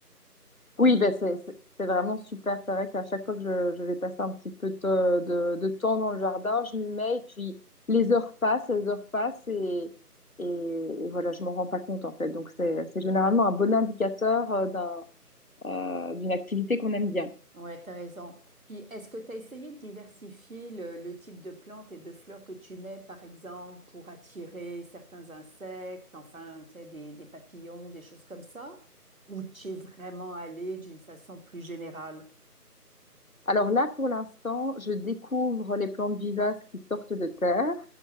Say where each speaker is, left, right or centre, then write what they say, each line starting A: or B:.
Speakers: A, on the left; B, on the right.
A: Oui,
B: Puis,
A: ben c'est c'est- c'est vraiment super. C'est vrai qu'à chaque fois que je, je vais passer un petit peu de, de, de temps dans le jardin, je m'y mets et puis les heures passent, les heures passent et, et, et voilà, je m'en rends pas compte en fait. Donc c'est c'est généralement un bon indicateur euh, d'un euh, d'une activité qu'on aime bien.
B: ouais, t'as raison. Puis, est-ce que tu as essayé de diversifier le, le type de plantes et de fleurs que tu mets, par exemple, pour attirer certains insectes, enfin, tu sais, des, des papillons, des choses comme ça? Ou tu es vraiment allé d'une façon plus générale?
A: Alors là, pour l'instant, je découvre les plantes vivaces qui sortent de terre